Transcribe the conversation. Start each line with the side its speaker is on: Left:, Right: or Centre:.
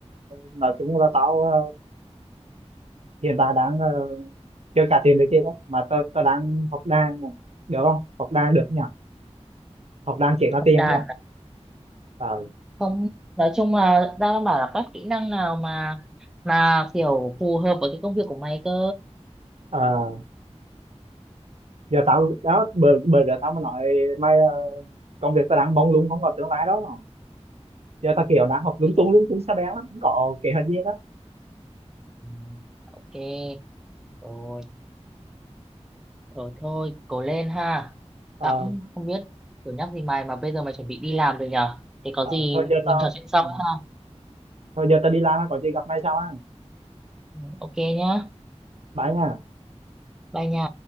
Right: nói chung là tao ờ, hiện tại đang ờ, chưa trả tiền được kia đó mà tao tao đang học đàn này. được không học đàn được nhỉ học đàn chỉ có
Centre: Học
Right: tiền
Centre: đàn
Right: nhỉ ờ,
Centre: không nói chung là đang bảo là các kỹ năng nào mà mà kiểu phù hợp với cái công việc của mày cơ
Right: ờ, giờ tao đó bởi bởi giờ tao mới nói mày ờ, công việc tao đang mông lung không có tương lai đó giờ tao kiểu đang học lung
Centre: Kiểu,
Right: tung lung tung xa bén lắm không có kế hoạch gì đó
Centre: ừ, ok rồi thôi thôi cố lên ha
Right: ờ,
Centre: tao cũng không biết kiểu nhắc gì mày mà bây giờ mày chuẩn bị đi làm rồi nhở thế có
Right: ờ,
Centre: gì
Right: thôi giờ
Centre: mình
Right: tao
Centre: trò chuyện sau
Right: ừ,
Centre: ha
Right: thôi giờ tao đi làm á, có gì gặp mày sau á
Centre: Ừ, ok nhá
Right: bye nha
Centre: bye nha